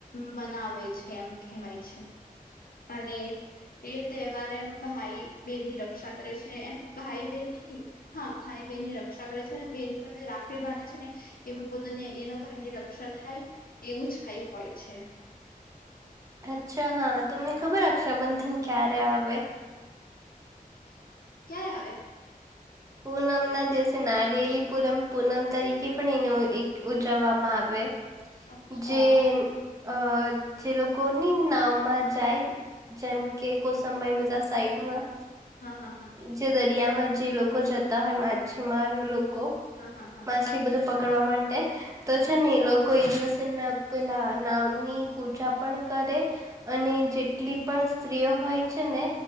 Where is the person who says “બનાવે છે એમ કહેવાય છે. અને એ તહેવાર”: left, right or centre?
Left